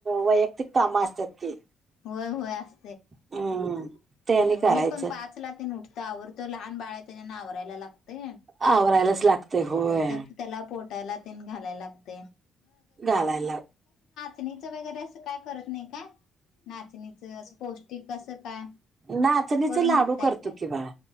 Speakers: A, on the right; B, on the left.
A: वैयक्तिक कामं असतात की
B: होय होय हो अस.
A: हम्म ते आणि करायचं.
B: मी पण पाच ला ते उठतो आवरडतो लहान बाळा. त्यानां आवरायला वयला लागते
A: आवरायलाच लागतय होय
B: तप त्याला पोट घ लाग त
A: घालायला
B: <unintelligible> नाचणीच वगैरे असं काय करत नाही का नाचणी. अस पौष्टिक असं काय
A: नाचणीच
B: करून
A: लाडू
B: विकतय
A: करतो
B: काय?
A: की बाळा